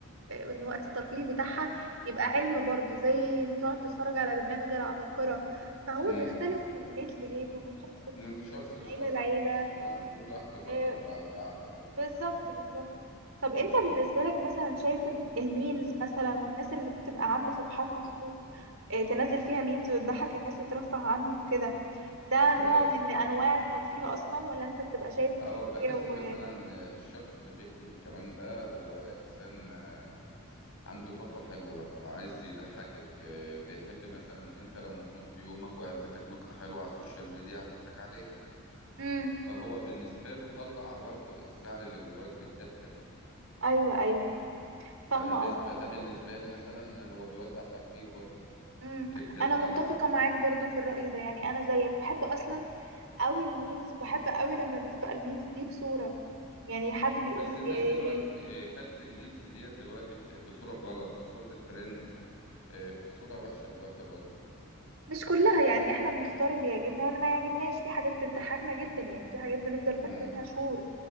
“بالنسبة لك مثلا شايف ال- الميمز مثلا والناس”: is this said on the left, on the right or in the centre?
Right